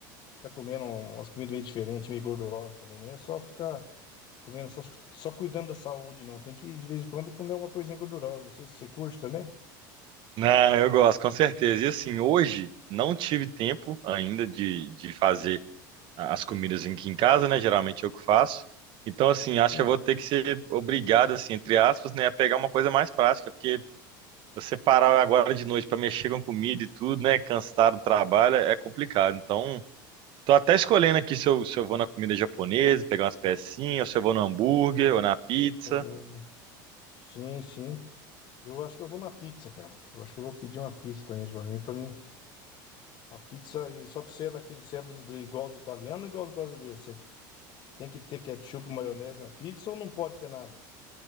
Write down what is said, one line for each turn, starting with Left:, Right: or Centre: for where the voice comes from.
Left: tá comendo um, umas comidas meio diferentes, meio gordurosas também, né? Não é só ficar comendo, só, só cuidando da saúde, não. Tem que, de vez em quando, comer alguma coisinha gordurosa. Não sei se você curte também.
Right: Não, eu gosto, com certeza. E assim, hoje não tive tempo ainda de, de fazer as comidas aqui em casa, né? Geralmente eu que faço. Então, assim, acho
Left: Sim.
Right: que eu vou ter que ser obrigado, assim, entre aspas, né, a pegar uma coisa mais prática, porque você parar agora de noite para mexer com comida e tudo, né, cansado do trabalho, é complicado. Então, Tô até escolhendo aqui se eu, se eu vou na comida japonesa, pegar umas pecinhas, ou se eu vou no hambúrguer ou na pizza.
Left: É, Sim, sim. Eu acho que eu vou na pizza, cara. Eu acho que eu vou pedir uma pizza também pra mim, pra mim. Uma pizza, e só que você é daquele, você é dos, do, igual os italianos, igual os brasileiros. Você tem que ter ketchup, maionese na pizza ou não pode ter nada?